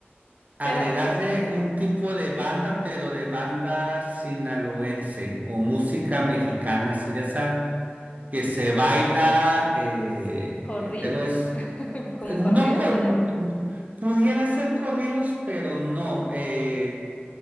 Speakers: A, on the right; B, on the left.
A: Agregarle
B: pero
A: un tipo de banda, pero de banda sinaloense o música mexicana, así de esa que se baila, eh,
B: corridos,
A: pero es,
B: <laughs> ¿como
A: eh, no
B: corridos
A: con,
B: le llaman?
A: pudiera ser corridos, pero no. eh,